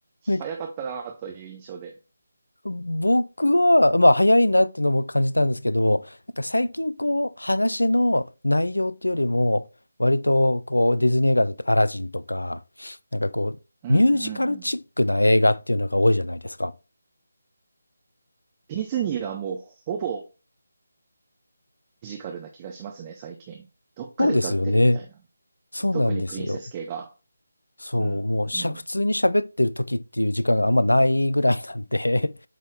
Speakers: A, on the left (about 75°); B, on the right (about 20°).
A: なん
B: 早かったなという印象で。
A: 僕は、まあ、早いなっていうのも感じたんですけど、なんか最近こう、話の内容っていうよりも、割とこう、ディズニー映画だとアラジンとか、なんかこう、
B: うんうんうん。
A: ミュージカルチックな映画っていうのが多いじゃないですか。
B: ディズニーはもうほぼフィジカルな気がしますね、最近。どっかで歌ってるみたいな。
A: そうですよね。そうなんですよ。
B: 特にプリンセス系が。
A: そう、
B: うん、
A: もうしゃ、
B: うん。
A: 普通に喋ってる時っていう時間があんまないぐらいなんで